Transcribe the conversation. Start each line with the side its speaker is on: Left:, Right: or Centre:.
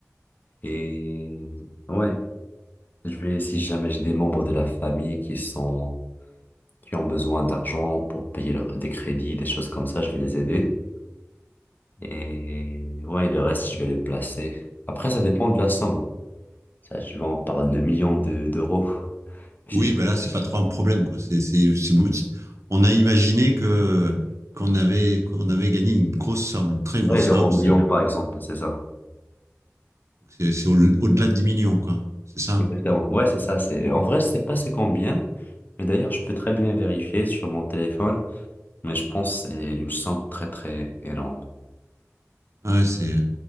Left: Et ouais, je vais, si jamais j'ai des membres de la famille qui sont, qui ont besoin d'argent pour payer leur- des crédits, des choses comme ça, je vais les aider. Et ouais, le reste, je vais le placer. Après, ça dépend de la somme. Ça, tu vois, on parle de millions de- d'euros. Si
Right: Oui,
Left: je-
Right: bah là, c'est pas trop un problème, quoi. C'est, c'est, c'est beau. c'est- On a imaginé que qu'on avait qu'on avait gagné une grosse somme, une très grosse
Left: Ouais,
Right: somme.
Left: l'euro
Right: C'est
Left: million, par exemple, c'est ça.
Right: c'est- c'est au- au-delà de 10 millions, quoi. C'est ça?
Left: Exactement. Ouais, c'est ça. C'est... En vrai, je sais pas c'est combien. Mais d'ailleurs, je peux très bien vérifier sur mon téléphone. Mais je pense que c'est une somme très, très énorme.
Right: Ah Ouais, c'est